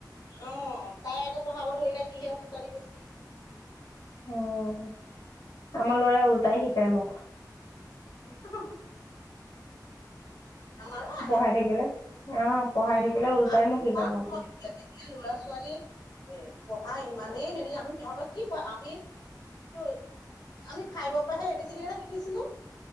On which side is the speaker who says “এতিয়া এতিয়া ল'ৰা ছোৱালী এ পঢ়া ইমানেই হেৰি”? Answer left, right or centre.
Left